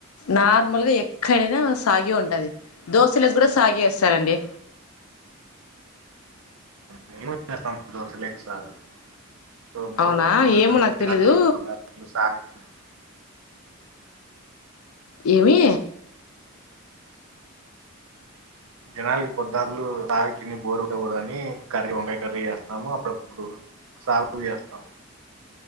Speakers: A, on the left; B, on the right.
A: నార్ మాల్ గా ఎక్కడైనా సాగి ఉంటది దోశలకు కూడా సాగి వేస్తారండి
B: మేము వేస్తాం దశలోకి సాగు సో బోరు
A: అవునా
B: కొట్టకూడదని
A: ఏమో నాకు
B: జనాలకి
A: తెలీదు
B: పొద్దాకులు సాగు తిని
A: ఏమి
B: జనాలకి పొద్దాకులు సాగు తిన్ని బోరుట్టకూడదని కర్రీ వంకాయ కర్రీ చేస్తాము అప్పుడపు సాగు చేస్తాం